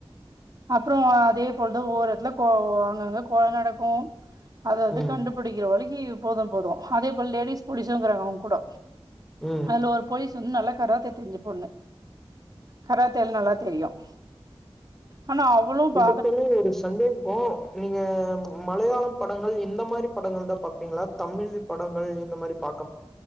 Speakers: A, on the right; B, in the centre.
A: அப்புறோ அதே ழுது ஒவொரு எடத்துல கொ அங்கங்க கொல நடக்கும் அதாவது
B: ம் ம்
A: கண்டுபிடிக்கிற வரைக் போதும் போதும் அதே போல லேடிஸ் போலீசும் இருக்காங்க அவங்க கூட
B: ம் ம்
A: அதுல ஒரு போலீஸ் வந்து நல்லா கராத்தை தெரிஞ்ச பொண்ணு கராத்தே நல்லா தெரியும் ஆனா அவளும் ப
B: இப்ப ஒரு சந்தேகம் நீங்க மலையாளம் படங்கள் இந்த மாரி படங்கள் தான்பாப் ங்களா தமிழ் படங்கள் இந்த மாரி பார்க்